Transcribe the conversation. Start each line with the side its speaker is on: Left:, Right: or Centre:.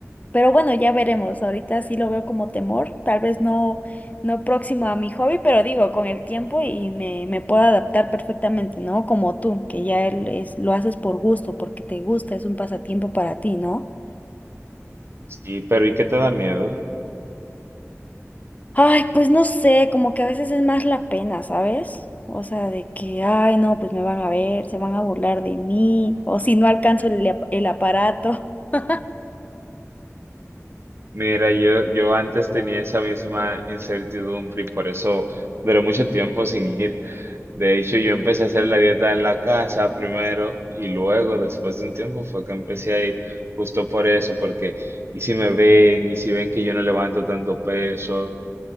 Left: Pero bueno, ya veremos. Ahorita sí lo veo como temor, tal vez no, no próximo a mi hobby, pero digo, con el tiempo y me, me puedo adaptar perfectamente, ¿no? Como tú, que ya él es, lo haces por gusto, porque te gusta, es un pasatiempo para ti, ¿no?
Right: Sí, pero ¿y qué te da miedo?
Left: Ay, pues no sé, como que a veces es más la pena, ¿sabes? O sea, de que, ay, no, pues me van a ver, se van a burlar de mí, o si no alcanzo el, ap- el aparato. <laughs>
Right: Mira, yo, yo antes tenía esa misma incertidumbre y por eso duré mucho tiempo sin ir. De hecho, yo empecé a hacer la dieta en la casa primero y luego, después de un tiempo, fue que empecé a ir justo por eso, porque y si me ven, y si ven que yo no levanto tanto peso,